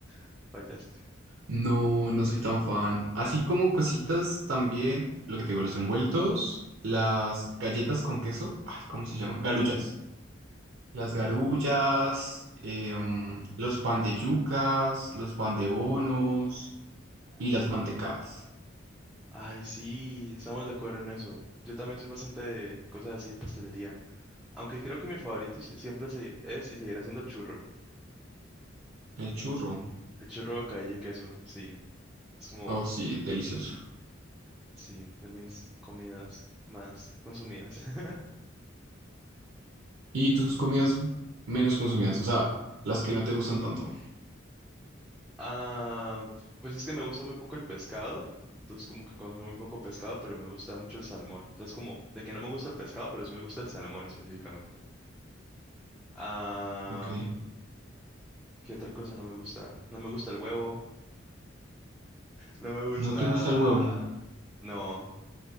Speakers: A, in the centre; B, on the right.
A: <laughs> Fallaste.
B: No, no soy tan fan. Así como cositas también, lo que te digo, los envueltos, las galletas con queso, ay, ¿cómo se llaman? Garullas. Las garullas, eh, mm, los pan de yucas, los pan de bonos y las mantecadas.
A: Ay, sí, estamos de acuerdo en eso. Yo también soy bastante de cosas así de pastelería. Aunque creo que mi favorito sí- siempre se- es y seguirá siendo el churro.
B: El churro.
A: El churro de calle y queso, sí. Es como,
B: Oh, sí, delicioso.
A: sí, de mis comidas más consumidas. <laughs>
B: ¿Y tus comidas menos consumidas? O sea, las que no te gustan tanto.
A: Ah, pues es que me gusta muy poco el pescado. Entonces como que consumo un poco pescado, pero me gusta mucho el salmón. O sea, es como de que no me gusta el pescado, pero sí me gusta el salmón específicamente. Am,
B: Ok.
A: ¿qué otra cosa no me gusta? No me gusta el huevo, no me gusta...
B: ¿No te gusta el huevo?
A: No,